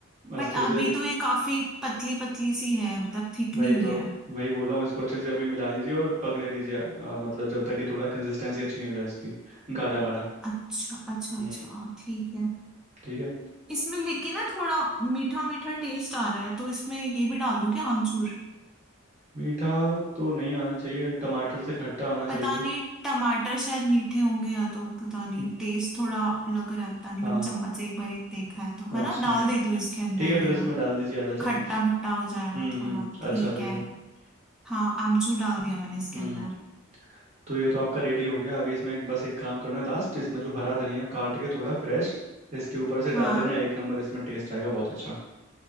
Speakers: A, on the right; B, in the centre.
A: अच्छे
B: बट अभी
A: से
B: तो ये काफी पतली पतली सी है मतलब थिक
A: वही
B: नहीं हुई
A: तो
B: है
A: वही बोल रहा हूँ इसको अच्छे से अभी मिला लीजिए और पकने दीजिए अ, मतलब जब तक कि थोड़ा कंसिस्टेंसी अच्छी नहीं हो जाए इसकी गाढ़ा गाढ़ा
B: अच्छा अच्छा
A: हम्म
B: अच्छा ठीक है
A: ठीक है
B: इसमें लेकिन ना थोड़ा मीठा मीठा टेस्ट आ रहा है तो इसमें ये भी डाल दूं क्या आमचूर
A: मीठा तो नहीं आना चाहिए टमाटर से खट्टा आना चाहिए
B: पता नहीं टमाटर शायद मीठे होंगे या तो पता नहीं
A: हम्म,
B: टेस्ट थोड़ा लग रहा है पता नहीं
A: हाँ
B: मैंने चम्मच से एक बार ही देखा है तो है
A: अच्छा
B: ना डाल देती हूँ इसके अंदर
A: ठीक है फिर
B: ये
A: इसमें
B: मैं
A: डाल दीजिए आधा
B: खट्टा
A: चम्मच
B: खट्टा हो जाएगा
A: हम्म
B: थोड़ा
A: हम्म
B: ठीक
A: अच्छा लगेगा
B: है हाँ आमचूर डाल दिया मैंने इसके
A: हम्म
B: अंदर
A: तो ये तो आपका रेडी हो गया अभी इसमें एक- बस एक काम करना लास्ट इसमें जो हरा धनिया काट के थोड़ा फ्रेश इसके ऊपर से
B: हाँ
A: डाल देना एक नंबर इसमें टेस्ट आएगा बहुत अच्छा